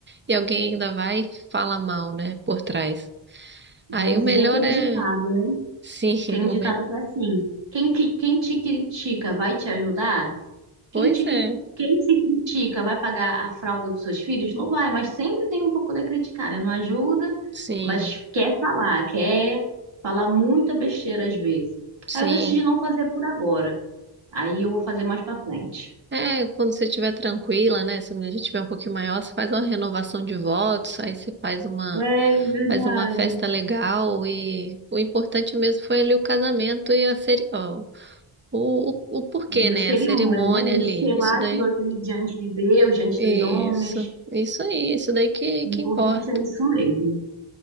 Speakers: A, on the right; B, on the right.
A: e alguém ainda vai e fala mal, né, por trás.
B: Já
A: Aí
B: dizia
A: o melhor
B: aquele
A: é.
B: ditado, né?
A: Sim, <laughs>
B: Tem um
A: o
B: ditado
A: me...
B: que é assim: quem, qui- quem te critica vai te ajudar? Quem
A: pois
B: te, cri-
A: é.
B: quem te critica vai pagar a fralda dos seus filhos? Não vai, mas sempre tem um para poder criticar, né? Não ajuda,
A: Sim,
B: mas quer falar, quer falar muita besteira às vezes.
A: sim.
B: Aí eu decidi não fazer por agora. Aí eu vou fazer mais para frente.
A: É, quando você estiver tranquila, né? Se a mulher já estiver um pouquinho maior, você faz uma renovação de votos, aí você faz uma
B: É verdade.
A: faz uma festa legal e o importante mesmo foi ali o casamento e a ceri... ó, o, o, o porquê,
B: E
A: né?
B: a cerimônia,
A: A cerimônia
B: né, gente?
A: ali,
B: Selar
A: isso daí,
B: aquilo ali diante de Deus, diante
A: isso,
B: dos homens.
A: isso aí, isso daí que,
B: O
A: que
B: importante
A: importa.
B: é isso mesmo.